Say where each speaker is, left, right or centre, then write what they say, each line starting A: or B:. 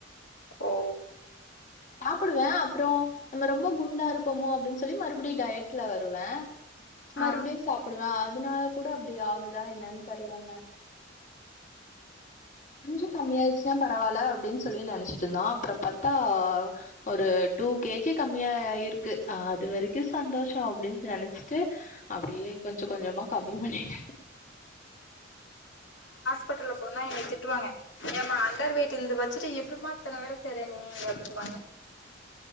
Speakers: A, on the left (about 75°); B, on the left (about 40°).
A: ஓ
B: சாப்பிடுவே அப்புறோ நம்ம ரொம்ப குண்டா இருக்கோமோ அப்பிடின்னு சொல்லி மறுபிடியு டயட்ல வருவே மறுபிடியு
A: ஆ
B: சாப்பிடுவே ஆ அதனால கூட அப்பிடி ஆகுதா என்னன்னு தெரலங்க கொஞ்சோ கம்மியாயிடுச்சுன்னா பரவால்ல அப்பிடின்னு சொல்லி நெனைச்சிட்டு இருந்தோ அப்புறோ பாத்தா ஒரு டூ கேஜி கம்மியாயிருக்கு அது வரைக்கு சந்தோஷ அப்பிடின்னு நெனச்சி ட்டு அப்பிடியே கொஞ்சோ கொஞ்சோமா கம்மி பண்ணட்
A: ப்ட்டல்ல போனா என்ன திட்டு வாங்க ஏமா அண்டர் வெயிட் இந்த வத் சிட்டு எப்டி மா இத்தன வேல செய்றே ங்க அப்டிம்பாங்க